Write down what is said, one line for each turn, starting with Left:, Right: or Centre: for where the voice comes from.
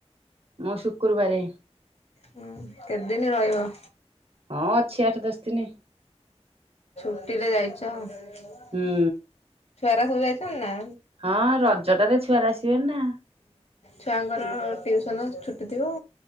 Right: ମୁଁ ଶୁକ୍ରୁବାରେ
Left: ହୁଁ କେତେଦିନ ରହିବ?
Right: ହଁ ଅଛି ଆଠ ଦଶ ଦିନ।
Left: ଛୁଟିରେ ଯାଇଛ ଛୁଆରା
Right: ହୁଁ।
Left: ସବୁ ଯାଇଛନ୍ତି ନା?
Right: ହଁ ରଜରେ ଛୁଆରା ଆସିବେନି ନା।
Left: ଛୁଆଙ୍କର ଟିଉସନ୍ ଛୁଟି ଥିବ।